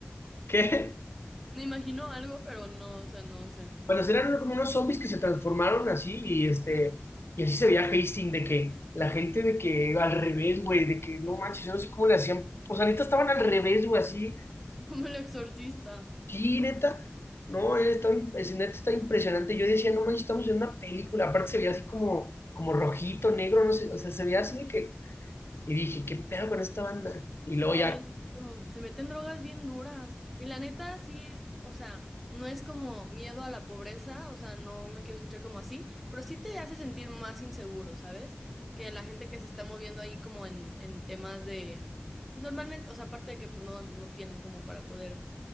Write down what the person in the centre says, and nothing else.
Me imagino algo, pero no, o sea, no sé.
<laughs> Como el exorcista.
Está
bien, oh, se meten drogas bien duras. Y la neta, sí, o sea, no es como miedo a la pobreza, o sea, no me quiero escuchar como así, pero sí te hace sentir más inseguro, ¿sabes? Que la gente que se está moviendo ahí como en, en temas de... pues, Normalmente, o sea, aparte de que pues no, no tienen como para poder